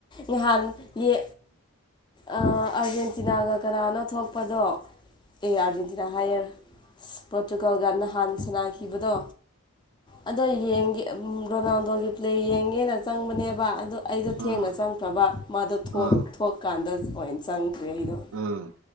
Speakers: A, on the left; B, on the right.
A: ꯉꯍꯥꯟ ꯌꯦ ꯑꯥ ꯑꯥꯔꯖꯦꯟꯇꯤꯅꯥꯒ ꯀꯅꯥꯅꯣ ꯊꯣꯛꯄꯗꯣ ꯑꯦ ꯑꯥꯔꯖꯦꯟꯇꯤꯅꯥ ꯍꯥꯏꯌꯦ ꯄꯔꯣꯇꯨꯒꯣꯜꯒ ꯅꯍꯥꯟꯅ ꯁꯥꯟꯅꯥꯈꯤꯕꯗꯣ ꯑꯗꯣ ꯌꯦꯡꯒꯦ ꯔꯣꯅꯥꯜꯗꯣꯒꯤ ꯄ꯭ꯂꯦ ꯌꯦꯡꯒꯦꯅ ꯆꯪꯕꯅꯦꯕ ꯑꯗꯣ ꯑꯩꯗꯣ
B: ꯎꯝ ꯎꯝ
A: ꯊꯦꯡꯅ ꯆꯪꯈ꯭ꯔꯕ ꯃꯥꯗꯣ ꯊꯣꯛ
B: ꯎꯝ
A: ꯊꯣꯛꯀꯥꯟꯗ ꯑꯣꯢꯅ ꯆꯪꯗ꯭ꯔꯦ ꯑꯩꯗꯣ
B: ꯎꯝ